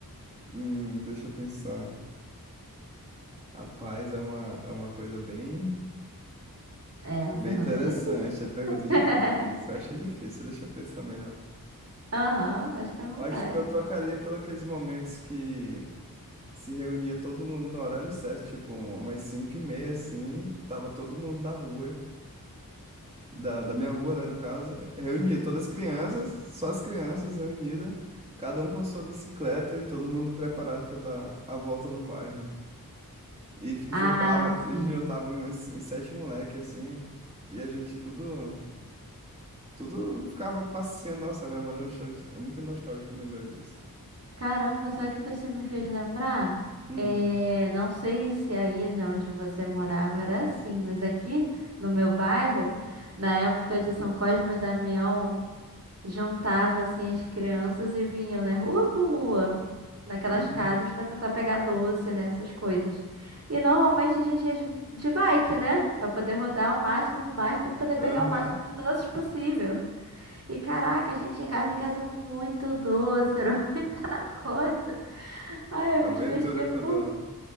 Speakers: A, on the right; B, on the right.
A: Hum, deixa eu pensar. Rapaz, é uma, é uma coisa bem,
B: É, uma
A: bem
B: pergunta
A: interessante.
B: difícil.
A: É pergunta
B: <laughs>
A: é difícil. Eu achei difícil, deixa eu pensar melhor.
B: Aham, faz com à vontade.
A: Eu acho que eu trocaria pelos aqueles momentos que se reunia todo mundo no horário certo, tipo umas 5 e meia, assim, tava todo mundo da rua, da, da minha rua, né, no caso, reunia todas as crianças, só as crianças reunidas, cada um com sua bicicleta e todo mundo preparado para dar a volta no bairro. E fico-
B: Ah,
A: juntava, juntava
B: sim.
A: uns, uns sete moleques, assim. E a gente tudo. Tudo ficava passeando. Nossa, era uma nostalgia. É muito nostálgico lembrar disso.
B: Caramba, sabe o que que você me fez lembrar?
A: Hum,
B: É, não sei se aí, né, onde você morava era assim, mas aqui no meu bairro, na época de São Cosme e Damião, juntava assim as crianças e vinham, né, rua por rua, naquelas
A: uhum.
B: casas pra tentar pegar doce, né, essas coisas. E normalmente a gente ia de de bike, né, Pra poder rodar o máximo no bairro pra poder
A: Aham.
B: pegar o máximo de doces possível. E caraca, a gente chegava em casa com muito doce, era <laughs> muita coisa. Ai,
A: Aventura
B: eu me divertia
A: quando.
B: por